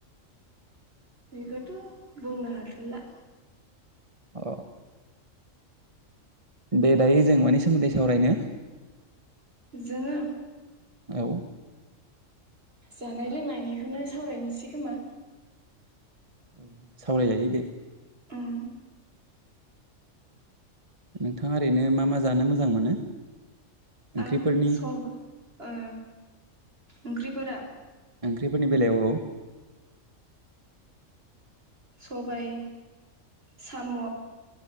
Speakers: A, on the right (about 50°); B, on the right (about 25°).
A: बेखौथ' बुंनो हाथ'ला
B: अ दे दायो जों मानि सोमोन्दै सावरायनो
A: जोङो
B: औ
A: जानाय लोंनायनिखौनो सावरायनोसै खोमा
B: औ सावरायजायो दे
A: उम
B: नोंथाङा ओरैनो मा मा जानो मोजां मोनो ओंख्रिफोरनि
A: ओ सबाइ ओ ओंख्रिफोरा
B: ओंख्रिफोरनि बेलायाव औ
A: सबाय साम'